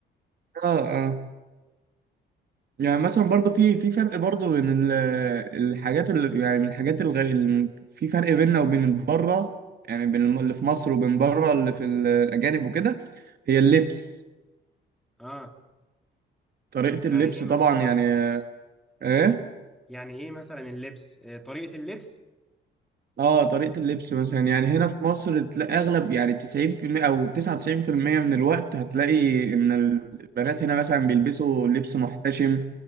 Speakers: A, on the right (about 50°); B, in the centre.
A: اه اه. يعني مثلا برضو في في فرق برضو بين ال- الحاجات اللي يعني من الحاجات اللي في فرق بيننا وبين بره يعني بين الم- اللي في مصر وبين بره اللي في ال- الأجانب وكده هي اللبس
B: اه
A: طريقة
B: يعني
A: اللبس
B: ايه مثلا
A: طبعا يعني ايه
B: يعني ايه مثلا اللبس آه، طريقه اللبس
A: اه طريقة اللبس مثلا يعني هنا في مصر تلاقي اغلب يعني 90% او 99% من الوقت هتلاقي ان البنات هنا مثلا بيلبسوا لبس محتشم